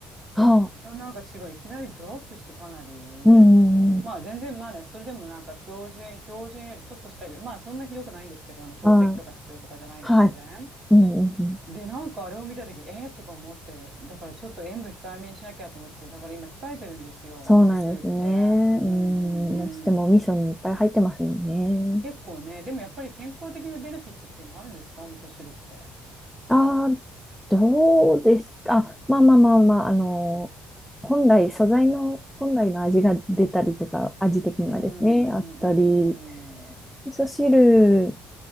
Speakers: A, in the centre; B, on the right (about 40°).
A: はあ、
B: のなんか血がいきなりドロップしてかなり、
A: うん、うんうん、
B: まあ全然まだそれでもなんか標準、標準よりちょっとしたぐらい、まあそんなひどくないんですけど、あの透析とか必要とかじゃない、
A: はい。はい。
B: 全然。
A: うん、うん、うん。
B: で、なんかあれを見たとき、えー、とか思って、だからちょっと塩分控えめにしなきゃと思って、だから今控えてるんですよ、
A: そうなんですね。
B: お味噌汁って。うん
A: うん、
B: うんうん。
A: どうしてもお味噌にいっぱい入ってますもんね。
B: 結構ね、でもやっぱり健康的なベネフィットっていうのはあるんですかお味噌汁って。
A: ああどうですか。あ、まあまあまあまあ、あの、本来、素材の、本来の味が出たりとか、味的にはですね、
B: うん、うん、
A: あったり、
B: うん、うん。
A: 味噌汁、